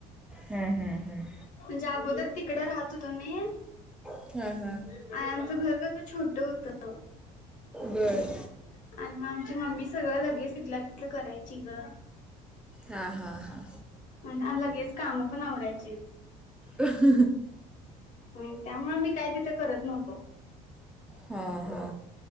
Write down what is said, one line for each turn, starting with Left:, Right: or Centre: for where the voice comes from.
Centre: हम् हम् हम्म
Left: म्हणजे अगोदर तिकडं राहत होतो ने
Centre: हा हा
Left: आए आमचं घर कसं छोटं होत.
Centre: बरं
Left: आनं म आमची मम्मी सगळं लगेच तिथल्या तिथं करायची गं.
Centre: हां हां हां
Left: आनआन लगेच काम पण आवरायचीत.
Centre: अ ह्
Left: ह्म त्यामुळं मी काय तिथं करत नव्हतो.
Centre: हा हा